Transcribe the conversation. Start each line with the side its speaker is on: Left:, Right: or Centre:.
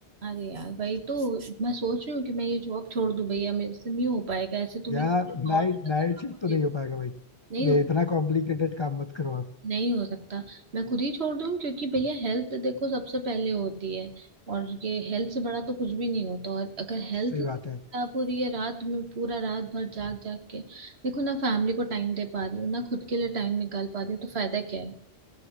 Right: अरे यार भाई तो मैं सोच रही हूँ कि मैं ये जॉब छोड़ दूँ भैया मेरे से नहीं हो पाएगा ऐसे तो
Left: यार
Right: मेरी
Left: नाइट
Right: और मतलब
Left: नाइट
Right: आप
Left: शिफ्ट
Right: मुझे
Left: तो नहीं हो पाएगा भाई
Right: नहीं हो
Left: ये इतना कॉम्प्लिकेटेड काम मत करो आप
Right: नहीं हो सकता मैं खुद ही छोड़ दूँ क्योंकि भैया हेल्थ देखो सबसे पहले होती है और ये हेल्थ से बड़ा तो कुछ भी नहीं होता और अगर हेल्थ
Left: सही
Right: ही
Left: बात
Right: खराब
Left: है
Right: हो रही है रात में पूरा रात भर जाग जाग के देखो ना फैमिली को टाइम दे पा रही हूँ ना खुद के लिए टाइम निकाल पा रही हूँ तो फायदा क्या है